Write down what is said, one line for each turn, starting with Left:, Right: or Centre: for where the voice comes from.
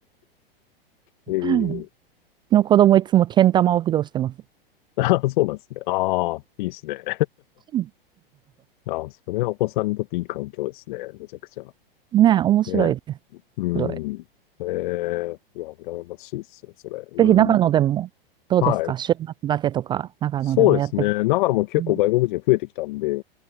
Left: ええ。
Right: うんうちの子供いつもけん玉を披露してます。
Left: ああ、そうなんですね。ああ、いいですね。
Right: うん
Left: <laughs> ああ、それはお子さんにとっていい環境ですね。めちゃくちゃ。
Right: <laughs> ねえ、面白いです。
Left: ねえ。う
Right: すごい。
Left: ん。ええ。いや、羨ましいですよ、それ。うん。
Right: ぜひ長野でも、どうですか週末だけとか、
Left: はい。
Right: 長野でもやってみて。
Left: そうですね。長野も結構外国人増えてきたんで、
Right: うん